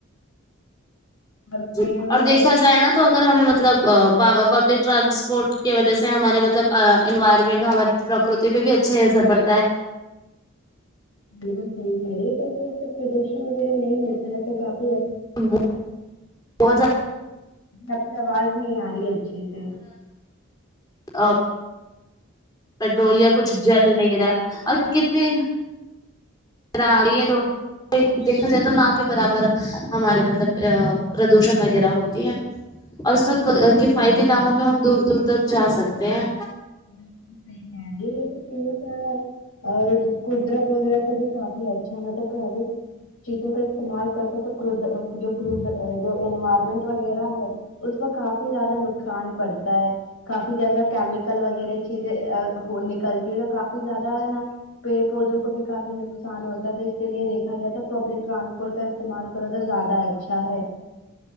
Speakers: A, on the left; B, on the left.
A: اور
B: جی
A: پلین وغیرہ
B: اور دیکھا جائے نا تو اگر ہمیں مطلب پبلک آ ٹرانسپورٹ کی وجہ سے ہمارے مطلب آ انوائرمنٹ ہمار پرکرتی پہ بھی اچھا ہی اثر پڑتا ہے
A: بالکل صحیح کہہ رہے ہے کیونکہ ایسے پردوشن وغیرہ نہیں ہوتا ہے تو کافی ہے
B: ہم وہ بہت زیادہ
A: آپکی آواز نہیں آ رہی ہے اچھے سے
B: آپ پیٹرول یا کچھ جل نہیں رہا اور کتنی کراری ہے تو دیکھا جائے تو نہ کے برابر ہمارے مطلب پردوشن وغیرہ ہوتی ہے اور اس میں کفایتی داموں پہ ہم دور دور تک جا سکتے ہیں
A: بلکل صحیح ہے یہ تو چیز کیا اور قدرت وغیرہ سے بھی کافی اچھا ہے نا تو ٹریول چیزوں کا استعمال کرتے تو جو جو آ انوائرمنٹ وغیرہ ہے اس میں کافی زیادہ نقصان پڑتا ہے کافی زیادہ کیمی کیمیکل وغیرہ چیزیں آہو نکلتی ہے تو کافی زیادہ ہے نا پیڑ پودوں کو بھی کافی نق نقصان ہوتا تو اسی لیے دیکھا جائے تو پبلک ٹرانسپورٹ کا استعمال کرو تو زیادہ ہے اچھا ہے